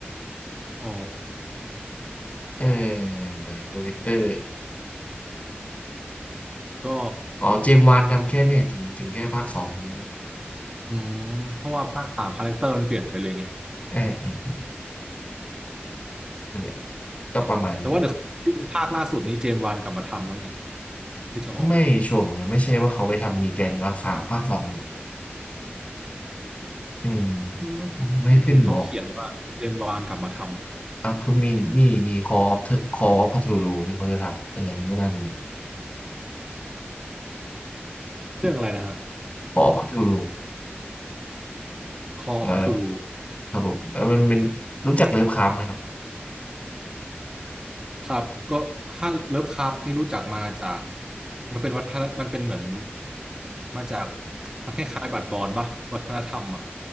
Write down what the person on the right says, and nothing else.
อ๋อ
ก็
อืมเพราะว่าภาคสามคาแรคเตอร์มันเปลี่ยนไปเลยไง
แต่ว่าเดี๋ยวภาคล่าสุดนี้เจมส์วานกลับมาทำแล้วนี่ที่จะออก
อืมเห็นเห็นเขาเขียนว่าเจมส์วานกลับมาท
ำเรื่องอะไรนะฮะ
Call
of Cthulhu
ครับก็ถ้าเลิฟคราฟนี่รู้จักมาจากมันเป็นวัฒนมันเป็นเหมือนมาจากมันคล้ายๆบัตรบอลป่ะวัฒนธรรมอ่ะ